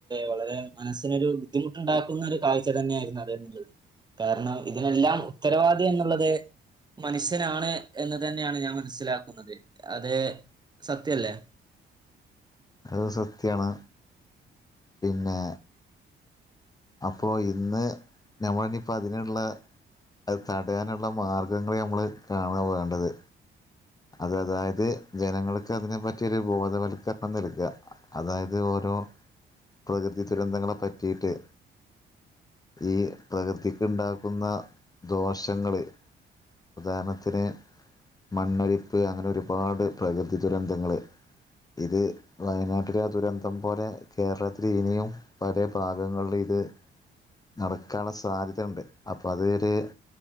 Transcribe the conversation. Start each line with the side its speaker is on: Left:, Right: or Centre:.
Right: വളരെ മനസ്സിനൊരു ബുദ്ധിമുട്ട്ണ്ടാക്കുന്ന ഒരു കാഴ്ച തന്നെയായിര്ന്നത്‌ന്ന്ള്ളെത് കാര്ണം ഇതിനെല്ലാം ഉത്തരവാദി എന്ന്ള്ളെത് മനുഷ്യനാണ് എന്ന് തന്നെയാണ് ഞാൻ മനസ്സിലാക്കുന്നത് അത് സത്യല്ലേ
Left: അത് സത്യാണ് പിന്നേ അപ്പോ ഇന്ന് ഞമ്മള്നിപ്പൊ അതിന്ള്ളെ അത് തടയാന്ള്ള മാർഗ്ഗങ്ങള് ഞമ്മള് കാണാ വേണ്ടെത് അതെ അതായെത് ജനങ്ങൾക്ക് അതിനെ പറ്റിയാെരു ബോധവൽക്കര്ണം നൽക അതായത് ഓരോ പ്രകൃതി ദുരെന്തെങ്ങെളെ പറ്റീട്ട് ഈ പ്രകൃതിക്ക്ണ്ടാക്കുന്ന ദോഷങ്ങള് ഉദാര്ണത്തിന് മണ്ണൊലി പ്പ് അങ്ങെനെ ഒരുപാട് പ്രകൃതി ദുരെന്തെങ്ങള് ഇത് വയനാട്ടിലെ ആ ദുരന്തം പോലെ കേരളത്തില് ഇനിയും പലേ ഭാഗെങ്ങൾല് ഇത് നടക്കാൻള്ള സാധ്യതണ്ട് അപ്പ അതെര്